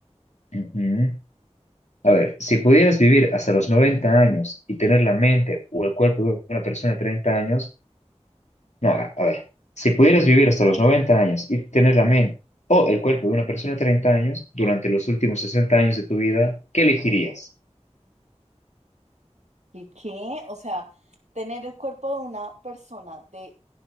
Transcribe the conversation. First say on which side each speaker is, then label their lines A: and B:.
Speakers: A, on the left; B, on the right.
A: Ujú. A ver, si pudieras vivir hasta los 90 años y tener la mente o el cuerpo de una persona de 30 años, no, a, a ver, si pudieras vivir hasta los 90 años y tener la mente o el cuerpo de una persona de 30 años durante los últimos 60 años de tu vida, ¿qué elegirías?
B: ¿Y qué? O sea, tener el cuerpo de una persona de